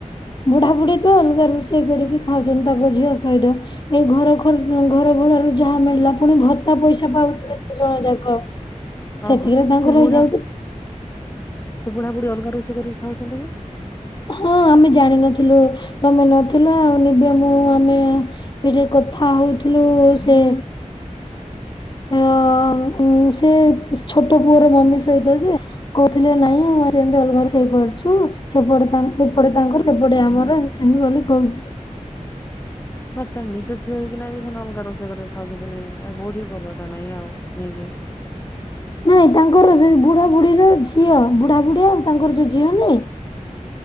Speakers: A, on the left; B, on the left.
A: ବୁଢ଼ା ବୁଢ଼ୀ ତ ଅଲଗା ରୋଷେଇ କରିକି ଖାଉଛନ୍ତି ତାଙ୍କ ଝିଅ ସହିତ। ଏଇ ଘର ଖରଚ ଘର ଭଡ଼ା ରୁ ଯାହା ମିଳିଲା ପୁଣି ଭତ୍ତା ପଇସା ପାଉଥିବେ ଦୁଇ ଜଣ ଯାକ।
B: ଓହୋ
A: ସେତିକିରେ ତାଙ୍କର
B: ସେ ବୁଢ଼ା
A: ହେଇଯାଉଛି
B: ସେ ବୁଢ଼ାବୁଢ଼ୀ ଅଲଗା ରୋସେଇ କରିକି ଖାଉଛନ୍ତି କି?
A: ହଁ ଆମେ ଜାଣିନଥିଲୁ ତମେ ନଥିଲ ଆଉ ନିବେ ମୁଁ ଆମେ ଧିରେ କଥା ହଉଥିଲୁ ସେ ହଁ ମୁଁ ସେ ଛୋଟ ପୁଅର ମମି ସହିତ ଯେ କହୁଥିଲେ ନାଇଁ <unintelligible> ସେପଟେ ତା ଏପଟେ ତାଙ୍କର ଏପଟେ ଆମର ଏମତୀ ସେମତୀ ବୋଲି କହୁ
B: <inaudible> ସେ ତା ନିଜ ଝିଅ ହେଇକିନା ବି ସେମାନେ ଅଲଗା ରୋଷେଇ କରି ଖାଉ ନାଇଁ ଆଉ ବୁଢ଼ୀ ଭଲା ଟା ନାଇଁ ଆଉ ନେଇକି
A: ନାଇଁ, ତାଙ୍କର ସେ ବୁଢା ବୁଢ଼ୀର ଝିଅ। ବୁଢା ବୁଢ଼ୀ ଆଉ ତାଙ୍କର ଯୋଉ ଝିଅ ନାଇଁ